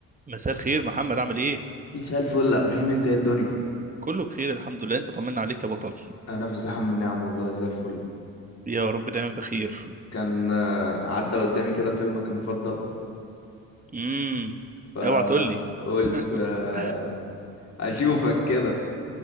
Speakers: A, on the right; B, on the left.
A: مساء الخير محمد عامل ايه
B: مساء الفل يا ابراهيم انت ايه الدنيا
A: كله بخير الحمد لله انت طمنا عليك يا بطل
B: انا في زحام من نعم والله زي الفل
A: يا رب دايما بخير
B: كان آه، عدى قدامي كده فيلمك المفضل
A: امم
B: فقلت
A: اوعى تقول لي <laughs>
B: آه، اشوفك كده